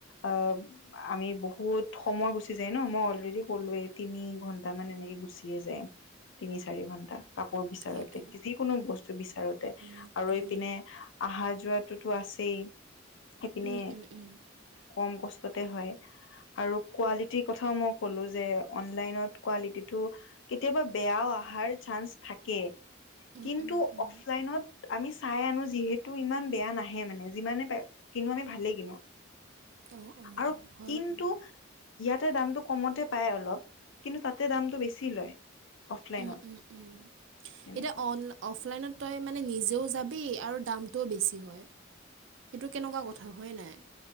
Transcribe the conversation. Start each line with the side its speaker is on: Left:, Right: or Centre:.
Left: অ', আমি বহুত সময় গুচি যায় নহ, মই অলৰেডি কলোয়ে। তিনি ঘন্টা মান এনেকে গুচিয়ে যায়, তিনি চাৰি ঘন্টা। কাপোৰ বিচাৰোতে,
Right: সেইটোৱে
Left: যিকোনো বস্তু বিচাৰোতে
Right: উম
Left: আৰু
Right: উম
Left: এইপিনে আহা যোৱাটোতো আছেই, সেইপিনে
Right: উম উম
Left: কম কষ্টতে হয়, আৰু কোৱালিটিৰ কথাও মই ক'লো যে অনলাইনত কোৱালিটিটো, কেতিয়াবা বেয়াও আহাৰ চান্স থাকে।
Right: উম
Left: কিন্তু
Right: উম উম
Left: অফলাইনত আমি চাই আনো যিহেতু ইমান বেয়া নাহে মানে, যিমানে পা কিনো আমি ভালেই কিনো।
Right: অ', অ',
Left: আৰু
Right: হয়
Left: কিন্তু,
Right: বাৰু।
Left: ইয়াতে দামটো কমতে পাই অলপ। কিন্তু তাতে দামটো বেছি লয়। অফলাইনত
Right: উম, উম, উম,
Left: এনেকুৱা
Right: এতিয়া অল অফলাইনত তই মানে নিজেও যাবি, আৰু দামটোও বেছি হয়। সেইটো কেনেকুৱা কথা হয় নাই?